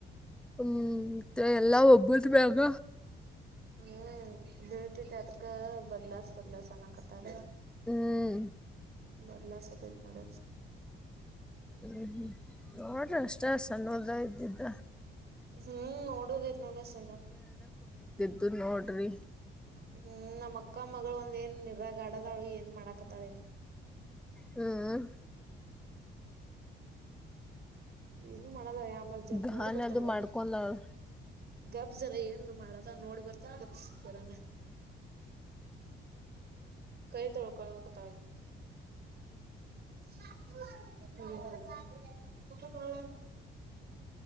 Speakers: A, in the centre; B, on the right.
A: ಹ್ಮ್ ಎಲ್ಲಾ ಒಬ್ಬೊದು ಬಗ
B: ಹ್ಮ್ ಬೀಳ್ತತಿ ಅದ ಬದಲಸ್ ಬದಲಸನ್ನಕತಾರೆ
A: ಹ್ಮ್
B: ಬರ್ಲ ಸತತ್ ನೋಡ
A: ಹ್ಮ್ ಹ್ಮ್ ನೋಡ್ರಿ ಅಷ್ಟ ಸಣ್ಣದ ಇದ್ದಿದ್ದ
B: ಹ್ಮ್ ನೋಡದೇದ ನಲ್ಲ ಸ
A: ಇದು ನೋಡ್ರಿ
B: ಹ್ಮ್ ನಮ್ಮ್ ಅಕ್ಕ ಮಗಳು ಒಂದ ಏನ್ ನಿರಗ ಆಡತಾಳಿ ಏನ್ ಮಾಡಾಕತ್ತಾಳಿಲ್
A: ಹ್ಮ್
B: ಏನು ಮಾಡದ ಅಂಬತ್ ಜರ
A: ಘಾನ
B: ನೋಡಿ ಬರ್ತನ್ಗ
A: ಅದು ಮಾಡ್ಕೊಂಡಾಳ.
B: ಗಬ್ ಜರ ಏನ್ ಮಾಡದ ನೋಡಿ ಬರ್ತಾನ ಗಪ್ತರಾನ ಕೈ ತಳೋಕ ಕ ತಳ <inaudible> ಕ